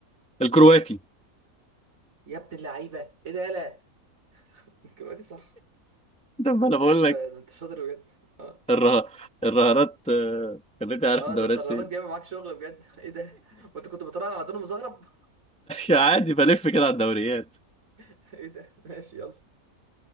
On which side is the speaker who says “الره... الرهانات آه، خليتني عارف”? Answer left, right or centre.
Centre